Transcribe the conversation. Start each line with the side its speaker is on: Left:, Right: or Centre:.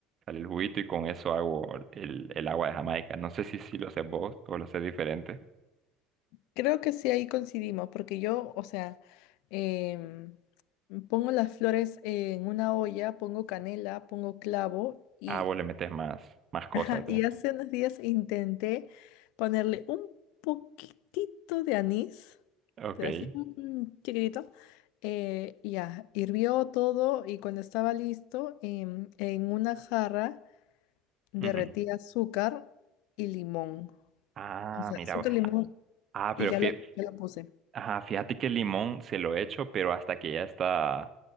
Right: sale el juguito y con eso hago el, el agua de Jamaica. No sé si, si lo haces vos o lo haces diferente.
Left: Creo que sí, ahí coincidimos, porque yo, o sea, em, pongo las flores en una olla, pongo canela, pongo clavo y,
Right: Ah, vos le metes más, más
Left: <laughs>
Right: cosas,
Left: ajá,
Right: ¿eh?
Left: y hace unos días intenté ponerle un poquitito de anís,
Right: Ok.
Left: pero así un chiquitito. eh, y ya, hirvió todo y cuando estaba listo, em, en una jarra derretí
Right: ujú.
Left: azúcar y limón.
Right: Ah,
Left: O sea,
Right: mira.
Left: azúcar,
Right: bu-
Left: limón
Right: Ah,
Left: y
Right: pero
Left: ya
Right: fí-
Left: lo, ya lo puse.
Right: ajá, fíjate que el limón se lo echo, pero hasta que ya está,